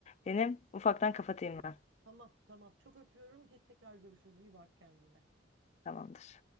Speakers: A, on the left; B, on the right.
A: Benim ufaktan kapatayım ben.
B: Tamam, tamam. Çok öpüyorum ki tekrar görüşürüz. İyi bak kendine.
A: Tamamdır.